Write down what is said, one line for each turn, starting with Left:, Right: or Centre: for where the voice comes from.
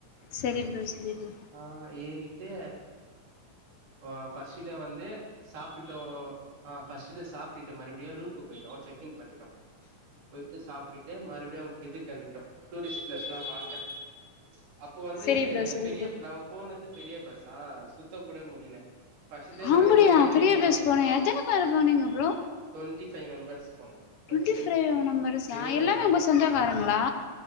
Left: சரி ப்ரோ சரி ப்ரோ
Right: ஆ ஏறிட்டு ஆ ஃபஸ்ட் டே வந்து சாப்பிட்டுட்டோ. ஆ ஃபஸ்டு டே சாப்பிட்டு மறுபடியு ரூம்கு போயிட்டோ. செக் இன் பண்ணிட்டோ. போயிட்டு, சாப்பிட்டுட்டு மறுபிடியு அவங்க இது கெளம்பிட்டோ. டூரிஸ்ட் பிளேஸ்ல்லா பாத்தே அப்ப, வந்து
Left: செரி ப்ரோ செரி
Right: பெரியப்
Left: ப்ரோ
Right: நம்ம போனது பெரிய பஸ்ஸா சுத்த கூட முடியல ஃபஸ்டே
Left: ஆம்படியா
Right: நடந்தே இதுக்கு
Left: பெரிய
Right: போனோ
Left: பஸ்
Right: பா
Left: போன
Right: ஆமா!..
Left: எத்தன பேரு போனீங்க ப்ரோ
Right: தொண்ட்டி ஃபை மெம்பர்ஸ் போனோ
Left: டுவெண்ட்டி
Right: ஃபைவ்
Left: ஃபிரைவ் நெம்பர்ஸ்ஸ
Right: இருவத்தஞ்சு
Left: எல்லாமே உங்க சொந்தக்காரங்களா
Right: ஆமா